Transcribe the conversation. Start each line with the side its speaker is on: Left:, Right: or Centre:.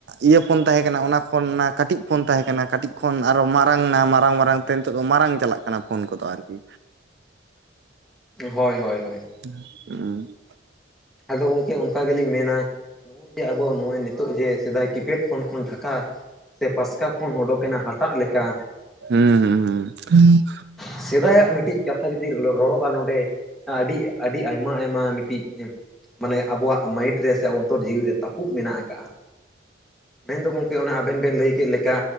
Right: ᱤᱭᱟᱹ ᱯᱷᱳᱱ ᱛᱟᱦᱮᱸ ᱠᱟᱱᱟ ᱚᱱᱟ ᱠᱷᱚᱱ ᱚᱱᱟ ᱠᱟᱹᱴᱤᱡ ᱯᱷᱳᱱ ᱛᱟᱦᱮᱸ ᱠᱟᱱᱟ ᱠᱟᱹᱴᱤᱡ ᱠᱷᱚᱱ ᱟᱨᱚ ᱢᱟᱨᱟᱝ ᱱᱟ ᱢᱟᱨᱟᱝ ᱢᱟᱨᱟᱝ ᱛᱮ ᱱᱤᱛᱳᱜ ᱫᱚ ᱢᱟᱨᱟᱝ ᱪᱟᱞᱟᱜ ᱠᱟᱱᱟ ᱯᱷᱳᱱ ᱠᱚ ᱫᱚ ᱟᱨᱠᱤ᱾
Centre: ᱦᱳᱭ ᱦᱳᱭ ᱦᱳᱭ
Right: <unintelligible>
Centre: ᱟᱫᱚ ᱜᱚᱝᱠᱮ ᱚᱱᱠᱟ ᱜᱮᱞᱤᱧ ᱢᱮᱱᱟ ᱱᱩᱜᱩᱭ ᱡᱮ ᱟᱵᱚ ᱱᱚᱜ-ᱚᱭ ᱱᱤᱛᱚᱜ ᱡᱮ ᱥᱮᱫᱟᱭ ᱠᱤᱯ ᱯᱮᱰ ᱯᱷᱳᱱ ᱠᱷᱚᱱ ᱰᱷᱟᱠᱟ ᱥᱮ ᱯᱟᱥᱠᱟ ᱯᱷᱳᱱ ᱚᱰᱚᱠ ᱮᱱᱟ ᱦᱟᱴᱟᱜ ᱞᱮᱠᱟ
Right: ᱦᱩᱸ ᱦᱩᱸ
Centre: ᱥᱮᱫᱟ ᱭᱟᱜ ᱢᱤᱫ ᱴᱤᱡ ᱠᱟᱛᱷᱟ ᱡᱩᱫᱤ ᱨᱚᱲᱚᱜ-ᱟ ᱱᱚᱰᱮ, ᱟᱹᱰᱤ ᱟᱹᱰᱤ ᱟᱭᱢᱟ ᱟᱭᱢᱟ ᱢᱤᱴᱤᱡ ᱢᱟᱱᱮ ᱟᱵᱚᱣᱟᱜ ᱢᱟᱭᱤᱴ ᱨᱮ ᱥᱮ ᱚᱱᱛᱚᱨ ᱡᱤᱣᱤ ᱨᱮ ᱛᱟᱹᱯᱩᱜ ᱢᱮᱱᱟᱜ ᱟᱠᱟᱜ-ᱟ᱾ ᱢᱮᱱ ᱫᱚ ᱜᱚᱝᱠᱮ ᱚᱱᱟ ᱟᱵᱮᱱ ᱵᱮᱱ ᱞᱟᱹᱭ ᱠᱮᱫ ᱞᱮᱠᱟ,